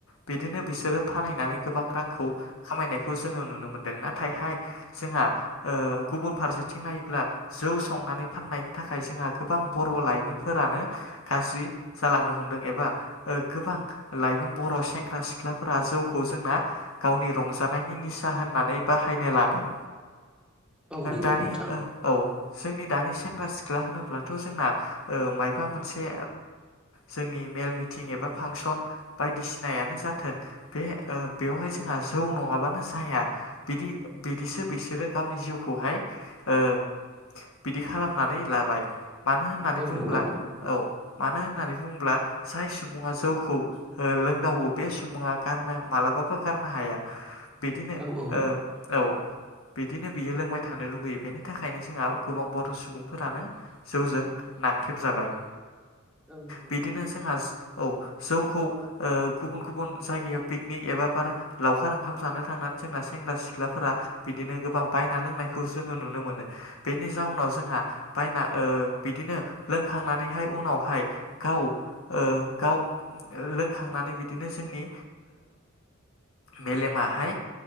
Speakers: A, on the left (about 70°); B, in the centre.
A: बिदिनो बिसोरो फानहैनानै गोबां रांखौ खामायनायखौ जोङो नुनो मोनदों नाथायहाय जोंहा ओ गुबुन फारसे थिं नायोब्ला जौ संनानै फाननायनि थाखाय जोंहा गोबां बर' लाइमोन फोरानो गाज्रि जालांनो हमदों एबा गोबां लाइमोन बर' सेंग्रा सिख्लाफोरा जौखौ जोंना गावनि रंजानायनि निसा होननानै बाहायनो लादों।
B: <inaudible> नंगौ
A: दानि
B: नोंथां
A: औ जोंनि दानि सेंग्रा सिख्ला होनोब्लाथ' जोंना मबा मोनसे जोंनि मेल मिटिं एबा फांसन बायदिसिनायानो। <inaudible> जोंहा जौ नङाबानो जाया बि बिदिसो बिसोरो गावनि जिउखौहाय बिदि खालामनानै लाबाय, मानो होनोब्ला?
B: औ
A: बुंब्ला
B: नंगौ
A: औ मानो होननानै बुङोब्ला? जाय सुबुङा जौखौ लोंदावो बे सुबुङा गारनो मालाबाबो मालाबाबो गारनो हाया बिदिनो
B: औ औ
A: औ। बिदिनो बियो लोंबाय थानो लुगैयो बेनि थाखायनो जोंहा गोबां बर' सुबुंफोरानो जौजों नाख्रेब जाबाय,
B: औ नंगौ
A: बिदिनो
B: नोंथां
A: जोंहा औ जौखौ गुबुन गुबुन जायगायाव पिकनिक एबा बारा लावखार ओंखाम जानो थांनानै जोंना सेंग्रा सिख्लाफोरा बिदिनो गोबां बायना लोंनायखौ जोङो नुनो मोनो बेनि जाउनाव जोंहा बायना बिदिनो लोंखांनानैहाय उनावहाय गाव गाव लोंखांनानै बिदिनो जोंनि मेलेमाहाय